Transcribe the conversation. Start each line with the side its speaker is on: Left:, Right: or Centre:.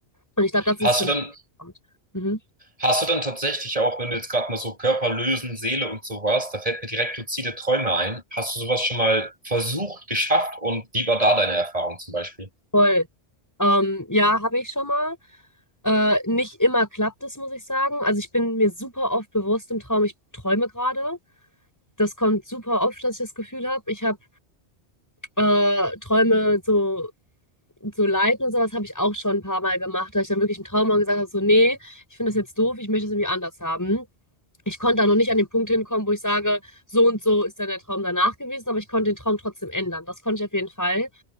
Left: Und ich glaube, das
Right: Hast
Left: ist für
Right: du
Left: mich.
Right: dann,
Left: was kommt. Mhm.
Right: hast du dann tatsächlich auch, wenn du jetzt gerade mal so Körper lösen, Seele und sowas, da fällt mir direkt luzide Träume ein. Hast du sowas schon mal versucht, geschafft und wie war da deine Erfahrung zum Beispiel?
Left: Voll. Ähm, ja, habe ich schon mal. Äh, nicht immer klappt es, muss ich sagen. Also ich bin mir super oft bewusst im Traum, ich träume gerade. Das kommt super oft, dass ich das Gefühl habe. Ich habe äh, Träume so, so leiten und sowas habe ich auch schon ein paar Mal gemacht, da ich dann wirklich im Traum mal gesagt habe, so, nee, ich finde das jetzt doof, ich möchte es irgendwie anders haben. ich konnte da noch nicht an den Punkt hinkommen, wo ich sage, so und so ist dann der Traum danach gewesen, aber ich konnte den Traum trotzdem ändern. Das konnte ich auf jeden Fall.